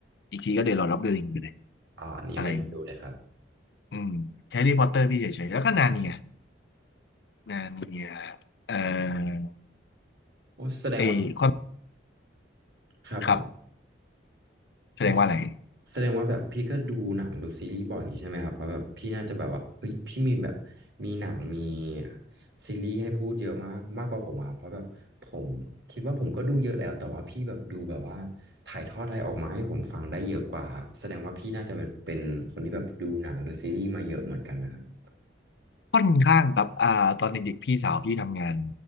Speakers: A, on the left; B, on the right.
A: อีกทีก็เดลอดรับเดลิงไปเลย
B: อ่าอันนี้ยังไม่เคยดูเลยครับ
A: อะไรอย่างนี้อืมแฮร์รี่พอตเตอร์พี่เฉยๆแล้วก็นาเนีย งานเมียเอ่อ
B: โอ้แสดงว่า
A: ไอความ
B: ครับผม
A: ครับแสดงว่าอะไร
B: ให้แสดงว่าแบบพี่ก็ดูหนังดูซีรีส์บ่อยใช่ไหมครับเพราะแบบพี่น่าจะแบบว่าเฮ้ยพี่มีแบบมีหนังมีซีรีส์ให้พูดเยอะมากมากกว่าผมอ่ะเพราะแบบผมคิดว่าผมก็ดูเยอะแล้วแต่ว่าพี่แบบดูแบบว่าถ่ายทอดอะไรออกมาให้ผมฟังได้เยอะกว่าครับแสดงว่าพี่น่าจะเป็นเป็นคนที่แบบดูหนังดูซีรีส์มาเยอะเหมือนกันนะครับ
A: ค่อนข้างครับอ่าตอนเด็กๆพี่สาวพี่ทำงาน